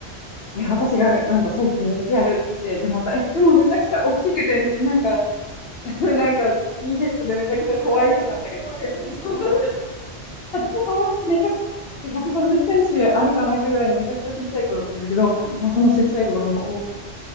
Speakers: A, on the left; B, on the right.
A: いや、私がなんかそいつに言ってやるっつって、で、また、え、でもめちゃくちゃ大きくて、めなんか、<laughs> なんか、スキンヘッドでめちゃくちゃ怖い人なんだけど、
B: ああ、もう怖い人ですね、
A: そうそう
B: それ。
A: 私の友達めちゃくちゃ小さくて150センチあるかないかぐらいのめちゃくちゃちっちゃい子だったんだけど、
B: はい、
A: もうそのちっちゃい子がその、おー